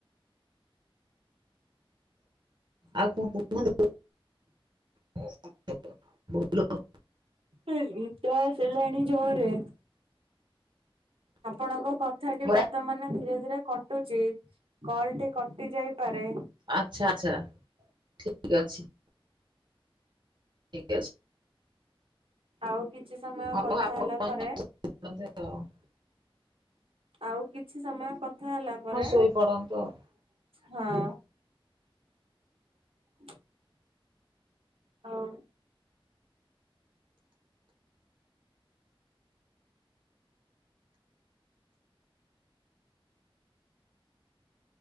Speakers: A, on the right; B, on the right.
A: ଆଉ <unintelligible> <inaudible>
B: <unintelligible> ନିଦ ଆସିଲାଣି ଜୋରରେ। ଆପଣଙ୍କ କଥାଟି
A: ପରା
B: ବର୍ତ୍ତମାନ ଧୀରେ ଧୀରେ କଟୁଛି କଲ ଟି କଟି ଯାଇପାରେ
A: ଆଚ୍ଛା ଆଚ୍ଛା ଠିକ ଅଛି। ଠିକ୍ ଅଛି।
B: ଆଉ କିଛି ସମୟ
A: ହଉ
B: କଥା ହେଲା ପରେ
A: ଆପଣ
B: ଆଉ କିଛି ସମୟ କଥା ହେଲା ପରେ
A: ଶୋଇପଡନ୍ତୁ ଆଉ।
B: ହଁ <inaudible> ହଁ।